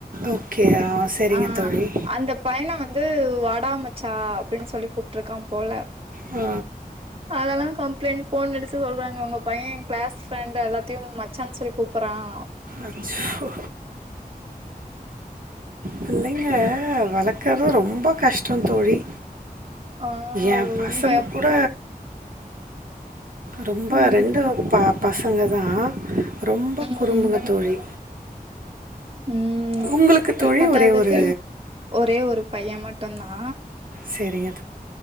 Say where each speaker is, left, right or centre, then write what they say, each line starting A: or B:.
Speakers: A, on the right (about 60°); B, on the right (about 35°).
A: ஓகே ஆ சரிங்க
B: ஆ
A: தோழி
B: அந்த பையன வந்து வாடா மச்சா அப்டின்னு சொல்லி கூப்ட்ருக்கான் போல
A: ஆ
B: அதெல்லா ஃபோன் அடிச்சு சொல்றாங்க உங்க பையன் ஏ கிளாஸ் ஃப்ரெண்ட் எல்லா த்தியும் மச்சானு சொல்லி கூப்புட்றான்
A: அச்சோ புள்ளைங்க வளக்கறது ரொம்ப கஷ்டோ தோழி
B: ஆ
A: ஏன் பசங்க
B: ரொம்ப
A: கூட ரொம்ப
B: ம்
A: ரெண்டு பா பசங்க தா ரொம்ப
B: ம்
A: குறும்புங்க தோழி
B: ம்
A: உங்களுக்கு தோழி
B: பத்தாததுக்கு
A: ஒரே ஒரு
B: ஒரே ஒரு பைய மட்டுந்தா
A: செரிங்க